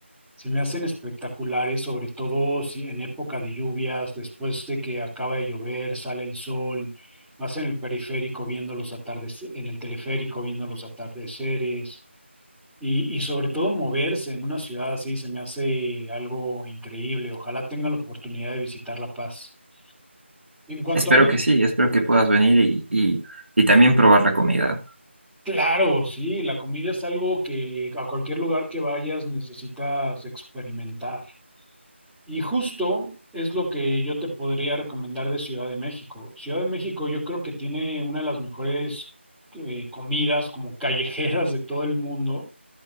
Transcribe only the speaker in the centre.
Se me hacen espectaculares, sobre todo si en época de lluvias, después de que acaba de llover, sale el sol, vas en el periférico viendo los atardeceres, en el teleférico viendo los atardeceres y, y sobre todo moverse en una ciudad así se me hace algo increíble. Ojalá tenga la oportunidad de visitar La Paz. En cuanto
a México,
claro, sí, la comida es algo que a cualquier lugar que vayas necesitas experimentar. Y justo es lo que yo te podría recomendar de Ciudad de México. Ciudad de México yo creo que tiene una de las mejores eh, comidas como callejeras de todo el mundo.